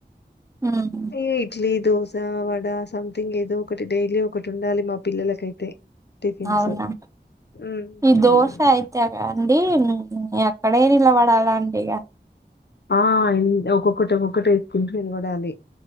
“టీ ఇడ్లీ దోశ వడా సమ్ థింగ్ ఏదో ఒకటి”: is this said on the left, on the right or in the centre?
Left